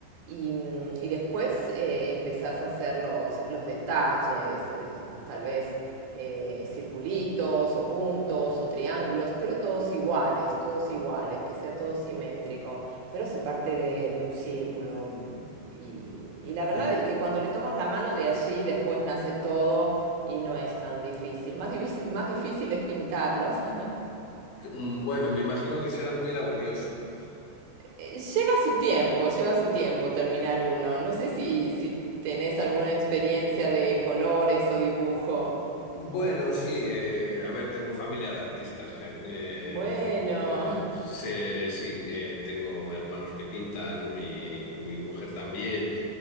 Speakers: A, on the right; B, on the left.
A: Y, y después eh, empezás a hacer los, los detalles, eh, tal vez eh, circulitos o puntos todos o triángulos, pero todos iguales, todos iguales, que sea todo simétrico, pero se parte de, de un círculo mm, y, y la verdad
B: Y
A: es que cuando le tomas la mano de allí después nace todo y no es tan difícil. Más, más difícil es pintarlos. <laughs>
B: mm, bueno, me imagino que será muy laborioso.
A: Lleva su tiempo, lleva su tiempo terminar uno. No sé si, si tenés alguna experiencia de colores o dibujo.
B: Bueno, sí, eh, a ver, tengo familia de artistas. eh,
A: Bueno.
B: eh, sé- sí, eh, tengo hermanos que pintan, mi, mi mujer también.